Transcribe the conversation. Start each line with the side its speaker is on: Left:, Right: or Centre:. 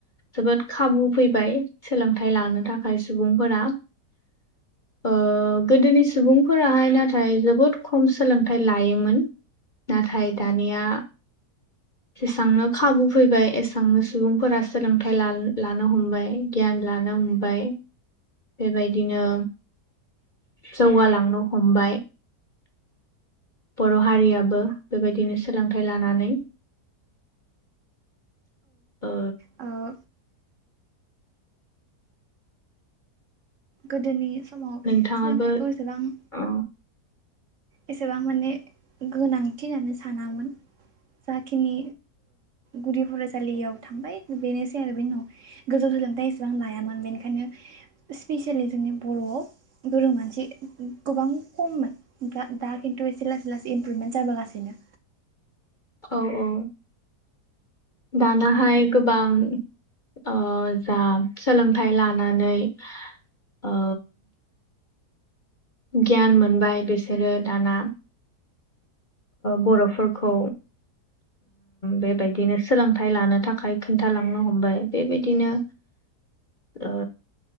Left: जोबोद खाबु फैबाय सोलोंथाइ लानो थाखाय सुबुंफोरा ओ गोदोनि सुबुंफोराहाय नाथाय जोबोद खम सोलोंथाइ लायोमोन नाथाय दानिया जेसेबांनो खाबु फैबाय एसेबांनो सुबुंफोरा सोलोंथाइ लानो हमबाय गियान लानो हबाय बेबायदिनो जौगालांनो हमबाय बर' हारियाबो बेबायदिनो सोलोंथाइ लानानै ओ
Right: औ गोदोनि समाव
Left: नोंथाङाबो
Right: सोलोंथाइखौ एसेबां
Left: औ
Right: एसेबां माने गोनांथि होननानै सानामोन जाखिनि गुदि फरायसालियाव थांबाय बेनोसै आरो बे उनाव गोजौ सोलोंथायाइ इसेबां लायामोन बेनिखायनो स्पेसेयेलि जोंनि बर'आव गोरों मानसि गोबां खममोन दा दा खिन्थु एसे लासै लासै इमप्रुभेन्ट जाबोगासिनो
Left: औ औ दानाहाय गोबां ओ जा सोलोंथाइ लानानैओ गियान मोनबाय बिसोरो दाना बर'फोरखौ बेबायदिनो सोलोंथाइ लानो थाखाय खिन्थालांनो हमबाय बेबायदिनो ओ